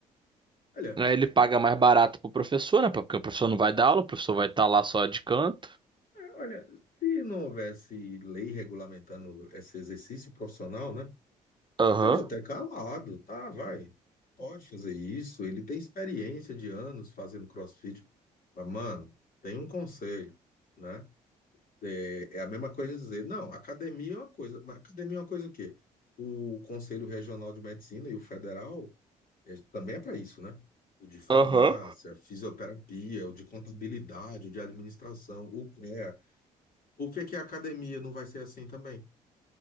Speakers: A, on the left (about 55°); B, on the right (about 25°).
A: Olha,
B: Aí ele paga mais barato pro professor, né? Porque o professor não vai dar aula, o professor vai estar lá só de canto.
A: é, olha, se não houvesse lei regulamentando esse exercício profissional, né?
B: Aham,
A: Estaria até calado, tá? Vai, pode fazer isso. Ele tem experiência de anos fazendo CrossFit. Mas, mano, tem um conselho, né? É, é a mesma coisa dizer, não, academia é uma coisa. Mas academia é uma coisa o quê? O Conselho Regional de Medicina e o Federal É, também é para isso, né? O de farmácia,
B: aham.
A: fisioterapia, o de contabilidade, o de administração, o CREA. Por que que a academia não vai ser assim também,